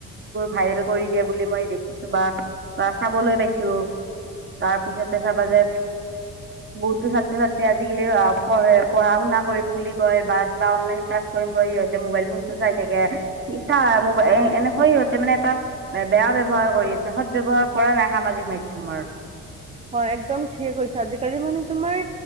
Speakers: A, on the right; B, on the right.
A: ভাইৰেল কৰি দিয়ে বুলি মই দেখিছো বা বা চাবলৈ পাইছো তাৰ পিছতে চাবা যে। বহুতো ছাত্ৰ ছাত্ৰী আজিকালি অঁ পঢ়ে পঢ়া শুনা কৰিম বুলি কয় বা অনলাইন ক্লছ কৰি সিহঁতে মোবাইল ফোনতটো চাই থাকে ইতা মোবাই এনেকৈ সিহতে মানে এটা <unintelligible> বেয়া ব্যৱহাৰ কৰি আছে। সৎ ব্যৱহাৰ কৰা নাই সামাজিক মাধ্যমৰ। <unintelligible>
B: হয় একদম ঠিক হৈছে। আজিকালি মানে তোমাৰ